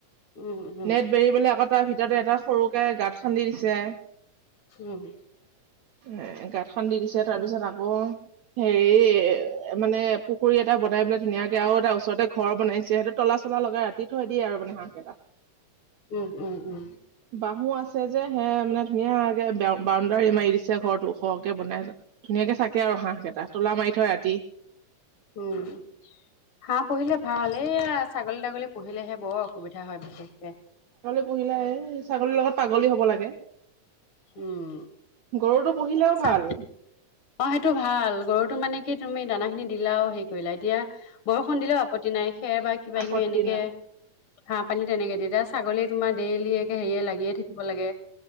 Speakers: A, on the left; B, on the right.
A: উম উম
B: নেট বেৰিবলৈ আকৌ তাৰ ভিতৰতে এটা সৰুকে গাঁত খান্দি দিছে
A: উম
B: এ গত খ দি দিছে তাৰ পিছত আকৌ হেৰি মানে পুখুৰী এটা বনাই পেললে ধুনাক আৰু এটা ওচৰতে ঘৰ বনাইছে সেইটো তলা চলা লগাই ৰাতি থৈ দিয়ে আৰু মানে হাঁহক এটা
A: উম উম উম
B: বাহু আছে যে সে মানে ধুনীয়াকে বেও বাউণ্ডাৰী মাৰি দিছে ঘৰতটো ওৰহকে বনাই ধুনীয়াকে থাকে আৰু হাঁহ কেইটা তোলা মাৰি থয় ৰাতি
A: উম হা পঢ়িলে ভাল এ ছাগলী তাগলী পঢ়িলেহে বৰ অসুবিধা হয় বিশেষকে
B: পুহিলাই ছাগলীৰ লগত পাগলী হ'ব লাগে
A: উম।
B: গৰুটো পুহিলেও
A: চা-
B: ভাল
A: অ সেইটো ভাল গৰুটোো মানে কি তুমি দানা খিনি দিলা হেৰিলা এতিয়া বৰষুণ দিলেও আপত্ত নাই খ বাকি বাকিিব
B: আপত্তি
A: এনেকে
B: নাই
A: ঘাঁহ পানী তেনেকে দিতিয়া ছাগলী তোমাৰ ডেইলি একে হেৰিয়ে লাগিয়ে থাকিব লাগে